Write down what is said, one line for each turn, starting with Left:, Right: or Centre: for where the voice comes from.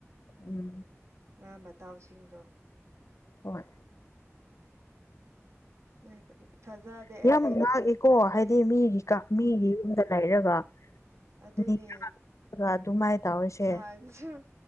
Left: ꯎꯝ
Right: ꯃꯥ ꯃꯇꯥꯎꯁꯤꯡꯗꯣ
Left: ꯍꯣꯏ
Right: <unintelligible>
Left: ꯎ
Right: ꯑꯩꯗꯤ
Left: ꯌꯥꯝ ꯉꯥꯛꯑꯦꯀꯣ ꯍꯥꯏꯗꯤ ꯃꯤꯒꯤ ꯃꯤꯒꯤ
Right: ꯑꯣ
Left: ꯌꯨꯝꯗ ꯂꯩꯔꯒ
Right: ꯑꯗꯨꯅꯦ
Left: <unintelligible> ꯑꯗꯨꯃꯥꯏ ꯇꯧꯏꯁꯦ
Right: <unintelligible>